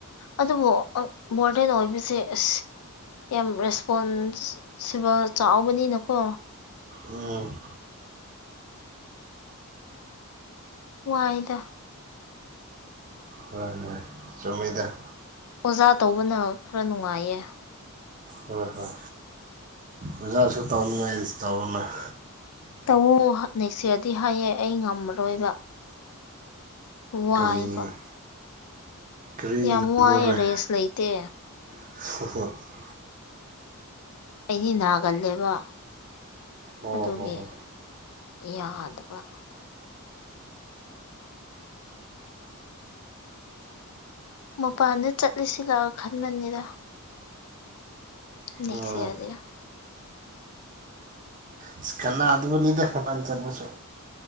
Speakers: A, on the left (about 75°); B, on the right (about 35°).
A: ꯑꯗꯨꯕꯨ ꯃꯣꯔꯗ꯭ꯔꯦꯟ ꯑꯣꯏꯕꯁꯦ ꯑꯁ ꯌꯥꯝ ꯔꯦꯁꯄꯣꯟꯁ ꯁꯤꯕꯜ ꯆꯥꯎꯕꯅꯤꯅꯀꯣ
B: ꯎꯝ
A: ꯋꯥꯏꯗ
B: ꯍꯣ ꯍꯣꯏ ꯆꯨꯝꯃꯤꯗ
A: ꯑꯣꯖꯥ ꯇꯧꯕꯅ ꯈꯔ ꯅꯨꯡꯉꯥꯏꯌꯦ
B: ꯍꯣꯏ ꯍꯣꯏ ꯑꯣꯖꯥꯁꯨ ꯇꯧꯅꯤꯡꯉꯥꯏ <unintelligible>
A: ꯇꯧꯋꯣ ꯅꯦꯛꯁ ꯌꯔꯗꯤ ꯍꯥꯏꯌꯦ ꯑꯩ ꯉꯝꯃꯔꯣꯏꯕ ꯋꯥꯏꯕ
B: ꯀꯔꯤ ꯀꯔꯤ
A: ꯌꯥꯝ
B: ꯉꯝꯃꯔꯣꯏ
A: ꯋꯥꯏꯌꯦ ꯔꯦꯁ ꯂꯩꯇꯦ
B: <unintelligible>
A: ꯑꯩꯗꯤ ꯅꯥꯒꯜꯂꯦꯕ
B: ꯑꯣ
A: ꯑꯗꯨꯒꯤ
B: ꯍꯣ ꯍꯣ
A: ꯌꯥꯗꯕ ꯃꯄꯥꯟꯗ ꯆꯠꯂꯁꯤꯔ ꯈꯟꯕꯅꯤꯗ ꯅꯦꯛꯁ
B: ꯎꯝ
A: ꯌꯔꯗꯩꯔ
B: ꯏꯁ ꯀꯅꯥꯗꯕꯅꯤꯗ ꯃꯄꯥꯟ ꯆꯠꯄꯁꯨ